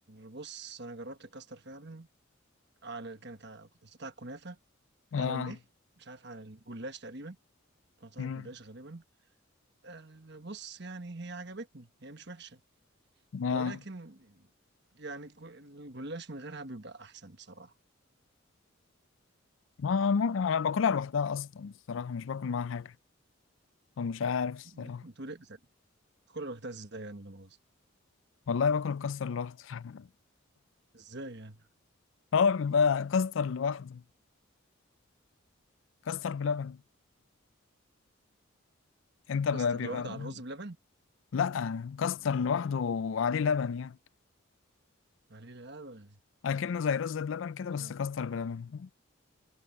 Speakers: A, on the right (about 55°); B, on the left (about 65°).
A: بص انا جربت الكاستر فعلا على كانت على- كنت حطيتها على الكنافه
B: اه
A: على الايه مش عارف على الجلاش تقريبا كنت حطيتها
B: مم.
A: على الجلاش غالبا آه، بص يعني هي عجبتني هي مش وحشه
B: اه
A: ولكن يعني كو- الجلاش من غيرها بيبقى احسن بصراحه
B: ما ما- انا باكلها لوحدها اصلا الصراحة مش باكل معاها حاجة فمش عارف الصراحة
A: بت- بتقول ايه بت- كل الوقت ازاي يعني اللي باظ
B: والله باكل الكاستر لوحده <laughs>
A: ازاي يعني
B: هو بيبقى كاستر لوحده كاستر بلبن انت ب-
A: كاستر
B: بيبقى
A: لوحده على الرز بلبن
B: لا كاستر لوحده وعليه لبن يعني
A: عليه لبن
B: اكنه زي رز بلبن كده بس
A: انا
B: كاستر بلبن